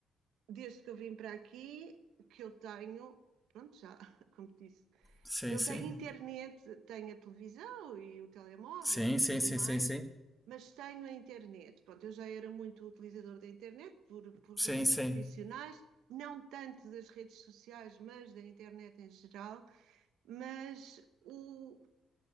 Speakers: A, on the right; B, in the centre.
A: desde que eu vim para aqui, que eu tenho, pronto, já, <laughs> como te disse,
B: Sim,
A: eu
B: sim.
A: tenho internet, tenho a televisão e o telemóvel
B: Sim,
A: e
B: sim,
A: tudo
B: sim,
A: mais,
B: sim, sim.
A: mas tenho a internet. Pronto, eu já era muito utilizador da internet por, por
B: Sim,
A: razões
B: sim.
A: profissionais, não tanto das redes sociais, mas da internet em geral, mas o